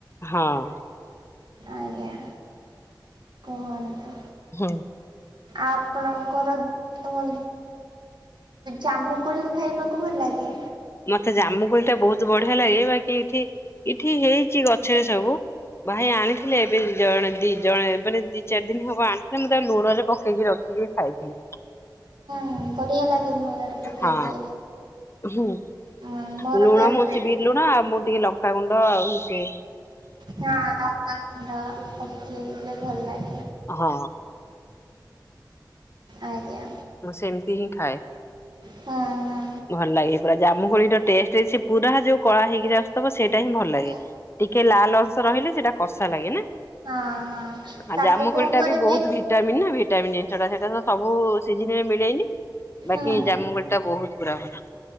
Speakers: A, on the left; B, on the right.
A: ଆଉ
B: ଆଜ୍ଞା। କୁହନି।
A: ହଁ।
B: ଆପଣଙ୍କର ତ ଜାମୁ କୋଳି ଖାଇବାକୁ ଭଲ ଲାଗେ?
A: ମତେ ଜାମୁକୋଳି ଟା ବହୁତ ବଢିଆ ଲାଗେ ବାକି ଏଠି ଏଇଠି ହେଇଛି ଗଛରେ ସବୁ ଭାଇ ଆଣିଥିଲେ ଏବେ ଦି ଜଣେ ଦି ଜଣ ଏବେ ଦି ଚାରି ଦିନ ହବ ଆଣିଥିଲେ ମୁଁ ତା ଲୁଣରେ ପକେଇକି ରଖିକି ଖାଇଥିଲି।
B: ହୁଁ ବଢିଆ ଲାଗେ। ଲୁଣରେ ପକେଇ
A: ହଁ
B: ଖାଇଲେ।
A: ଲୁଣ
B: ହଁ ମୋର ଫେବରେଟ୍
A: ମୁ ଶିବ ଲୁଣ ଆଉ ମୁଁ ଟିକେ ଲଗ କ କୁଣ୍ଡ ଆଉଛି।
B: ହଁ ଲାଉଙ୍କ କଣ୍ଡା କିଣିଲେ ଭଲ ଲାଗେ।
A: ହଁ
B: ଆଜ୍ଞା
A: ମୁଁ ସେମିତି ହିଁ ଥାଏ।
B: ହଁ ହଁ
A: ଭଲ ଲାଗେ ପୁରା ଜାମୁ ଖୋଳି ଟ ଟେଷ୍ଟ ପୁରା ଯୋଉ କଳା ହେଇକି ଆସଥବ ସେଇ ସେଟା ହିଁ ଭଲ ଲାଗେ
B: ହୁଁ
A: ଟିକେ କେ ଲାଲ ଅଂଶ ରହିଲେ ସେଇଟା କଷା ଲାଗେ ନା
B: ହଁ ହଁ
A: ଆଉ
B: ତାକୁ
A: ଜାମୁକୋଳି
B: କଣ
A: ଟା
B: କରିବେ
A: ବି ବହୁତ ଭିଟାମିନ୍ ନା ଜିନିଷ ଟା ସେଇଟା ତ ସବୁ ସିଜିନରେ ମିଳେଇନି ବାକି
B: ହୁଁ
A: ଜାମୁଙ୍ଗଡି ଟା ବହୁତ ପୁରା ହେଲା।